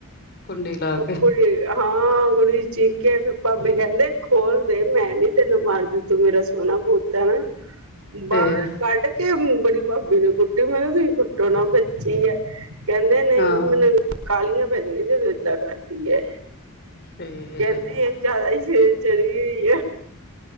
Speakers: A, on the left; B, on the right.
A: ਕੁੁੰਡੀ ਲਾ
B: ਕੁੜੀ
A: ਕੇ
B: ਹਾਂ ਕੁੜੀ ਚੀਕੇ ਭਾਬੇ ਕਹਿੰਦੇ ਖੋਲਦੇ ਮੈਂ ਨੀ ਤੈਨੂੰ ਮਾਰ ਦਿੱਤੀ। ਤ ਮੇਰਾ ਸੋਨਾ ਪੋਤਤਾ ਨਾ
A: ਫੇਰ
B: ਬਾਹਰ ਕੱਢ ਕੇ ਬੜੀ ਭਾਬੀ ਨੇ ਕੁੱਟੀ ਮੈਂ ਕਿਹਾ ਤੁਸੀਂ ਕੁੱਟੋ ਨਾ ਬੱਚੀ ਹੈ। ਕਹਿੰਦੇ ਨਹੀਂ
A: ਹਾਂ
B: ਮੈਨੂੰ ਕਾਹਾਲੀਆਂ ਪੈਂਦੀਆਂ ਜੋਂ ਇਏਦਾਂ ਕਰਦੀ ਹੈ।
A: ਫੇਰ
B: ਕਹਿੰਦੇ ਇਹ ਜ਼ਿਆਦਾ ਹੀ ਸਿਰੇ ਚੜੀ ਹੋਈ ਆ।